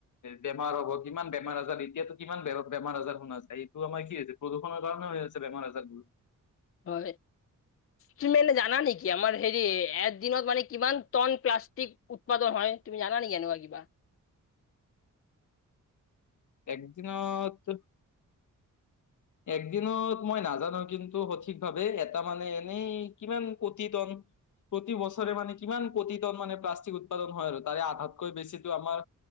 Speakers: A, on the left; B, on the left.
A: বেমাৰ হ'ব কিমান বেমাৰ আজাৰ এতিয়াাতো কিমান বে বেমাৰ আজাৰ শুনা যায় এইটো আমাৰ কি হৈছে প্ৰদূষণৰ কাৰণে হৈ আছে বেমাৰ আজাৰবোৰ।
B: হয়। তুমি মানে জানা নেকি আমাৰ হেৰি এ দিনত মানে কিমান টন প্লাষ্টিক উৎপাদন হয়। তুমি জানা নেকি এনেকোৱা কিবা?
A: একদিনত-
B: <unintelligible>
A: একদিনত মই নাজানো কিন্তু সঠিক ভাৱে এটা মানে এনেই কিমান কুটি তন প্ৰতি বছৰে মানে কিমান কোটি টা মানে প্লাষ্টিক উৎপাদন হয় আৰু তাৰে আধাতকৈ বেছিতো আমাৰ।